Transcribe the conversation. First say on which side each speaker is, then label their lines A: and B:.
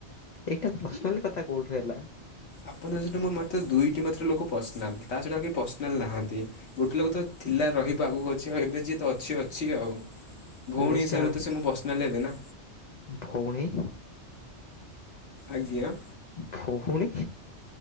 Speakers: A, on the left (about 55°); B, on the left (about 70°).
A: ଏଇଟା ପର୍ସନାଲ କଥା କୋଉଠୁ ହେଲା?
B: ଆପଣଙ୍କ ସହିତ ମୋ ମାତ୍ର ଦୁଇଟି ମାତ୍ର ଲୋକ ପର୍ସନାଲ ତା ଛଡା ଆଉ କେହି ପର୍ସନାଲ ନାହାଁନ୍ତି। ଗୋଟେ ଲୋକ ତ ଥିଲା ରହିବ ଆଗକୁ ଅଛି ଆଉ ଏବେ ଯିଏ ତ ଅଛି ଅଛି ଆଉ। ଭଉଣୀ
A: ନିଶ୍ଚୟ।
B: ହିସାବେରେ ତ ସେ ମୋ ପର୍ସନାଲ ହେବେ ନା
A: ଭଉଣୀ
B: ଆଜ୍ଞା
A: <unintelligible> ଭଉଣୀ